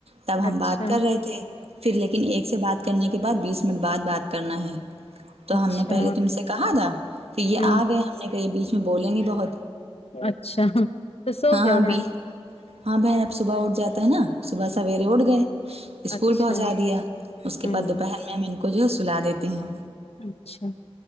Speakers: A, on the right; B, on the left.
A: تب ہم
B: اچھا
A: بات کر رہے تھے پھر لیکن ایک سے بات کرنے کے بعد بیس منٹ بعد بات کرنا ہے تو
B: اچھا
A: ہم نے پہلے تم سے کہا تھا ک یہ
B: ہوں
A: آ گئے ہم نے کہ یہ بیچ میں بولیں گے بہت
B: اچھا تو سو
A: ہاں
B: کیا ہو رہا
A: بی ہاں بہن اب صبح اٹھ جاتا ہے نا صبح سے ر اڑ گئے اسکول
B: اچھا
A: پہنچا دیا اس کے
B: ہوں
A: بعد دوپہر ھر میں ہم ان کو جو سلا دیتے ہیں
B: اچھا